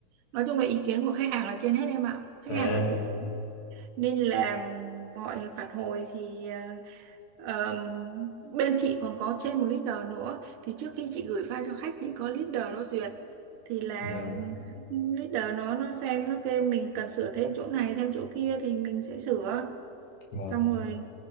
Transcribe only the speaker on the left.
À,
vâng,
vâng.